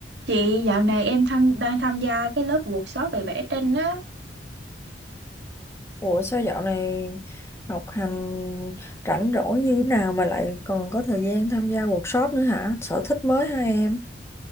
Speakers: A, on the right; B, on the left.
A: Chị dạo này em tham, đang tham gia cái lớp workshop về vẽ tranh á.
B: Ủa sao dạo này học hành rảnh rỗi như thế nào mà lại còn có thời gian tham gia workshop nữa hả? Sở thích mới hả em?